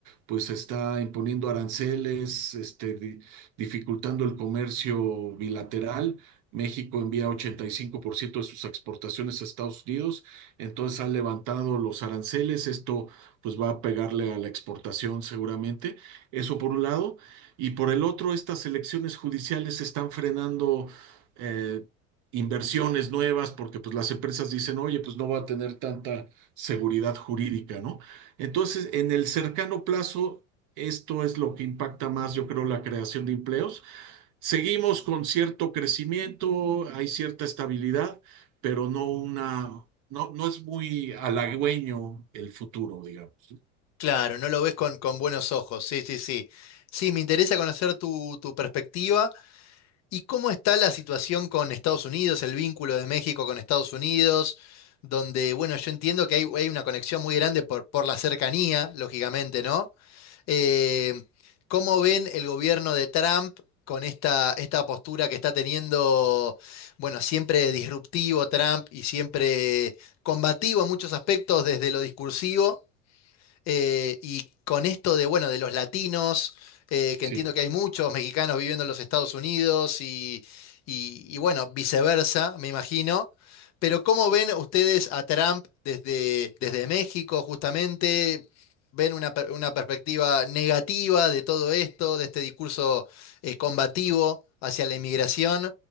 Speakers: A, on the right; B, on the left.
A: pues está imponiendo aranceles, este, di- dificultando el comercio bilateral. México envía 85% de sus exportaciones a Estados Unidos, entonces han levantado los aranceles, esto pues va a pegarle a la exportación seguramente, eso por un lado, y por el otro, estas elecciones judiciales están frenando eh, inversiones nuevas porque pues, las empresas dicen, oye, pues no va a tener tanta seguridad jurídica, ¿no? Entonces, en el cercano plazo, esto es lo que impacta más, yo creo, la creación de empleos. Seguimos con cierto crecimiento, hay cierta estabilidad, pero no una, no, no es muy halagüeño el futuro, digamos.
B: Claro, no lo ves con, con buenos ojos. Sí, sí, sí. Sí, me interesa conocer tu, tu perspectiva. ¿Y cómo está la situación con Estados Unidos, el vínculo de México con Estados Unidos? Donde, bueno, yo entiendo que hay, hay una conexión muy grande por, por la cercanía, lógicamente, ¿no? Eh, ¿cómo ven el gobierno de Trump con esta, esta postura que está teniendo, bueno, siempre disruptivo Trump y siempre combativo en muchos aspectos desde lo discursivo? eh, y con esto de, bueno, de los latinos, eh, que
A: ¿sí?
B: entiendo que hay muchos mexicanos viviendo en los Estados Unidos y, y- y, bueno, viceversa, me imagino. Pero ¿cómo ven ustedes a Trump desde, desde México justamente? ¿Ven una, per- una perspectiva negativa de todo esto, de este discurso eh, combativo hacia la inmigración?